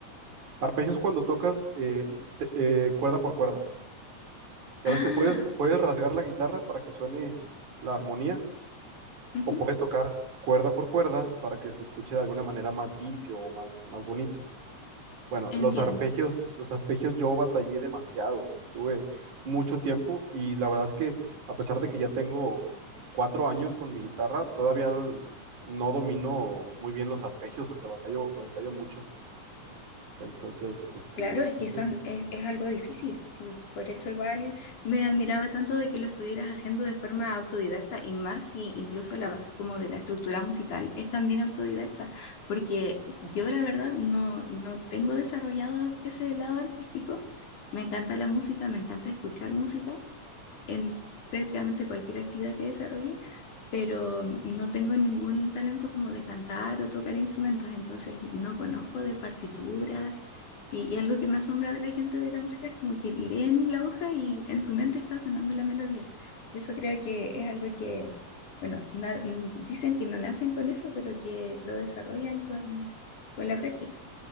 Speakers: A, on the right; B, on the left.
A: Arpegios cuando tocas eh, te- eh, cuerda por cuerda. Ya
B: Ah,
A: ves que puedes, puedes rasgar la guitarra para que suene la armonía,
B: ujú,
A: o puedes tocar cuerda por cuerda para que se escuche de alguna manera más limpio o más, más bonito. Bueno,
B: entiendo.
A: los arpegios, los arpegios yo batallé demasiado, o sea, estuve mucho tiempo y la verdad es que a pesar de que ya tengo cuatro años con mi guitarra, todavía no, no domino muy bien los arpegios, o sea, batallo, batallo mucho. Entonces, este,
B: Claro,
A: sí,
B: es que son,
A: sí,
B: es, es algo difícil, sí, por eso igual me admiraba tanto de que lo estuvieras haciendo de forma autodidacta y más si incluso la base como de la estructura musical es también autodidacta, porque yo la verdad no, no tengo desarrollado ese lado artístico, me encanta la música, me encanta escuchar música, en prácticamente cualquier actividad que desarrolle, pero no tengo ningún talento como de cantar o tocar instrumentos, entonces no conozco de partituras. Y, y algo que me asombra de la gente de la música es como que leen la hoja y en su mente está sonando la melodía. Eso creo que es algo que, bueno, na- n- dicen que no nacen con eso, pero que lo desarrollan con, con la práctica.